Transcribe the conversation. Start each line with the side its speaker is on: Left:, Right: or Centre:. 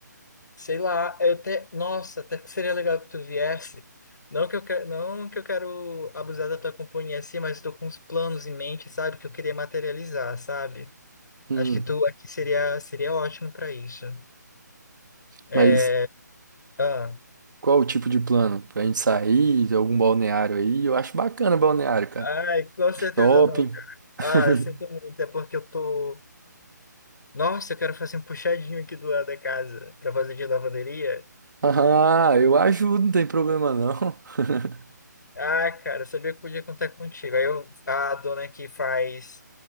Left: Sei lá, eu até. Nossa, até que seria legal que tu viesse. Não que eu quero, não que eu quero abusar da tua companhia assim, mas estou com uns planos em mente, sabe? Que eu queria materializar, sabe?
Right: Hum,
Left: Acho que tu aqui seria, seria ótimo para isso. É,
Right: mas...
Left: Ah,
Right: Qual o tipo de plano? Pra gente sair, algum balneário aí? Eu acho bacana balneário, cara.
Left: ai, com certeza
Right: Shopping.
Left: não, cara.
Right: <laughs>
Left: Ah, eu sinto muito, é porque eu tô. Nossa, eu quero fazer um puxadinho aqui do lado da casa para fazer de lavanderia.
Right: Ah, eu ajudo, não tem problema não. <laughs>
Left: Ah, cara, eu sabia que podia contar contigo. Aí eu- a dona aqui faz